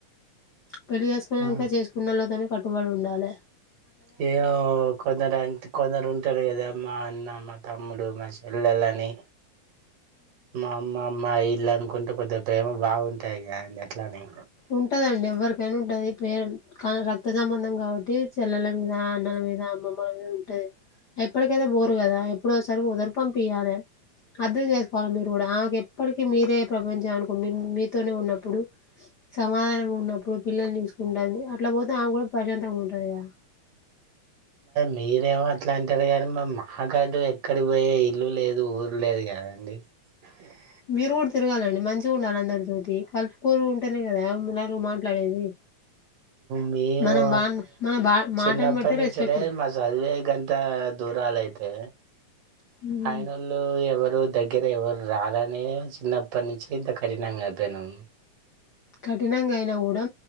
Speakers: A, on the left; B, on the right.
A: పెళ్ళి చేస్కునంక
B: ఆ
A: చేస్కున్నళతోనే కట్టుబడి ఉండాలె
B: ఏ ఓ కొందరు అంటె కొందరు ఉంటరు గదా మా అన్న మా తమ్ముడు మా చెల్లెలని మా అమ్ మ మా అమ్మా ఇల్లు అనుకుంటు కొద్ది ప్రేమ బావుంటాయి గా అండి అట్లానే
A: ఉంటదండి ఎవరికైనా ఉంటది ప్రెమ్ కాని రక్త సంబంధం కావ చెల్లల మీద అన్నల మీద అమ్మమ్మల మీద ఉంటది ఎప్పట్ కైతే బోరు కదా ఎప్పుడు ఒసార్ ఒసారి పంపియాలె అర్థం చేసుకోవాలి మీరు కూడా ఎప్పటికిీ మీరే ప్రపంచం అనుకోని మీతోనే ఉన్నప్పుడు సమాధానంగా ఉన్నప్పుడు పిల్లలు చూసుకుంటాంది అట్లా బోతే ఆమె కూడా ప్రశాంతంగా ఉంటది కదా
B: మీరేమో అట్లా అంటారు కానీ మా మహాకార్డు ఎక్కడి పోయే ఇల్లు లేదు ఊరు లేదు కదండి అ
A: తిరుగు తిరగాలండి మంచిగా ఉండాలి అందరితోటి కలుపుకోలు ఉంటేనే కదా నలుగురు మాట్లాడేది
B: మేము
A: మనం బా మన బా మాటను
B: చిన్నప్పట్నించి
A: బట్టే రెస్పెక్ట్
B: అదే
A: ఇ-
B: మా చదువులే గంత దూరాల అయితే
A: ఉమ్.
B: ఆయనోళ్ళు ఎవరు దగ్గరకి ఎవ్వరు రారనేే చిన్నప్పట్నించి ఇంత కఠినంగా అయిపోయినం
A: కఠినంగా అయినా గూడా